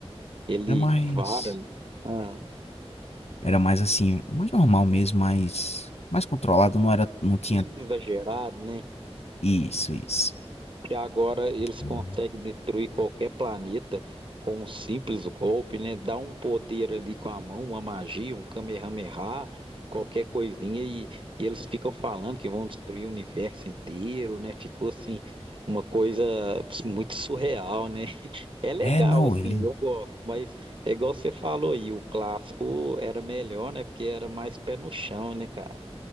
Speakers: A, on the right; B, on the left.
A: Ele
B: Era mais...
A: vara, ah,
B: Era mais assim, mais normal mesmo, mais, mais controlado, não era, não tinha
A: menos exagerado, né?
B: isso, isso.
A: que agora eles
B: Uhum.
A: conseguem destruir qualquer planeta com um simples golpe, né? Dá um poder ali com a mão, uma magia, um Kamehameha, qualquer coisinha, e, e eles ficam falando que vão destruir o universo inteiro, né? Ficou assim, uma coisa muito surreal, né? <laughs> É legal,
B: É, não,
A: assim,
B: ele.
A: eu gosto, mas é igual você falou aí, o clássico era melhor, né? Porque era mais pé no chão, né, cara?